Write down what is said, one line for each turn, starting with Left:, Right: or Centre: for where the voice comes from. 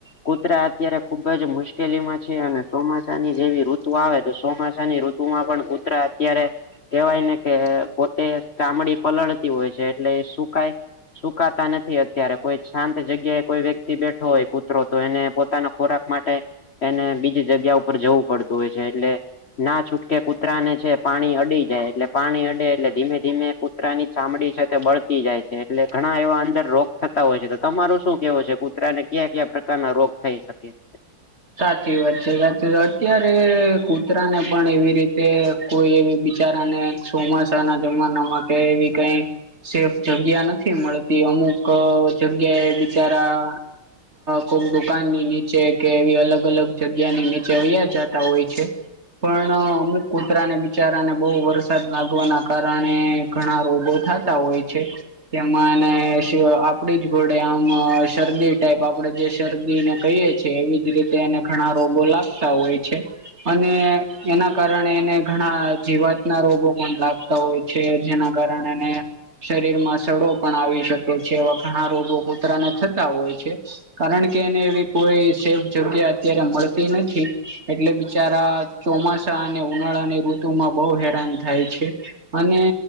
Left: કૂતરા અત્યારે ખુબ જ મુશ્કેલીમાં છે અને ચોમાસા ની જેવી ઋતુ આવે તો ચોમાસાની ઋ તું માં પણ કુતરા અત્યારે કેવાય ને કે પોતે ચામડી પલળતી હોય છે એટલે સુકાય સુકાતા નથી અત્યારે કોઈ શાંત જગ્યાએ કોઈ વ્યક્તિ બે ઠો હોય કુતરો તો એને પોતાના ખોરાક માટે એને બીજી જગ્યા ઉપર જવું પડતું હોય છે એટલે ના છૂટકે કૂતરા ને છે પાણી અડી જાય એટલે પાણી અડે એટલે ધીમે ધીમે કૂતરા ની ચામડી છે તે બળતી જાય છે એટલે ઘણા એવા અંદર રોગ થતા હોય છે તો તમારું શું કેહેવું છે કૂ કતરાને ક્યાં ક્યાં પ્રકારના રોગ થઈ શકે? -
Right: સાચી વાત છે સાચી અત્યારે કૂતરાને પણ એવી રીતે કોઈ એવી બિચારાને ચોમાસા ના જમાનામાં કે એવી કઈ સેફ જગ્યા નથી મળતી અમુક જગ્યાએ બિચારા કોક દુકાન ની નીચે કે એવી અલગ અલગ જગ્યા ની નીચે અયા જતા હોય છે. - પણ અમુક કૂતરાને બિચારાને બહુ વરસાદ લાગવાના કારણે ઘણા રોગો થતા હોય છે. - તેમાંને આપડી જ ઘોડે આમ શરદી ટાઈપ આપડે જે શરદીને કહીએ છે. - એવી જ રીતે એને ઘણા રોગો લાગતા હોય છે. - અને એના કારણે એને ઘણા જીવાત ના રોગો પણ લાગ હોય છે જેના કારણેને શરીર માં સડો પણ આવી શકે છે વખણા રોગો કૂતરાને થતા હોય છે. - કારણ કે એને એવી કોઈ સે જગ્યા અત્યારે મળતી નથી એટલે બિચારા ચોમાસા અને ઉનાળા ની ર માં બહુ હેરાન થાય છે. - અને